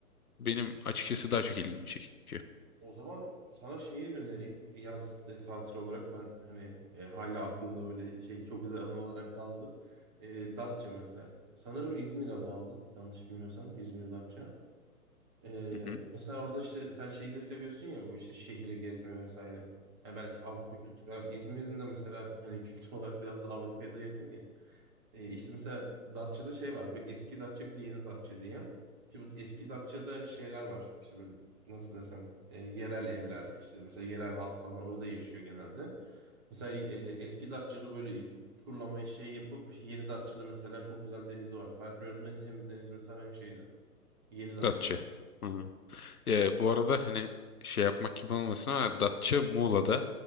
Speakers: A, on the left (about 70°); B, on the right (about 15°).
A: benim açıkçası daha çok ilgimi çekiyor.
B: O zaman sana şeyi önereyim. Yaz e, tatil olarak ben hani e, hala aklımda böyle şey çok güzel anı olarak kaldı. E, Datça mesela. Sanırım İzmir'e bağlı. Yanlış bilmiyorsam İzmir Datça. E,
A: Hı hı.
B: mesela orada işte sen şeyi de seviyorsun ya bu işte şehri gezme vesaire. Yani belki Avrupa kültürü. Ha, İzmir'in de mesela hani kültür olarak biraz da Avrupa'ya da yakın ya. E, işte mesela Datça'da şey var. Bir eski Datça bir de yeni Datça diye. Şimdi bu eski Datça'da şeyler var. İşte böyle nasıl desem e, yerel evler işte mesela yerel halk falan orada yaşıyor genelde. Mesela e, eski Datça'da böyle turlamayı şey yapıp işte yeni Datça'da mesela çok güzel denizi var. Hayatımda gördüğüm en temiz deniz mesela benim şeydi. Yeni Datça'daydı.
A: Datça. Hı. Ya, bu arada hani şey yapmak gibi olmasın ama Datça Muğla'da.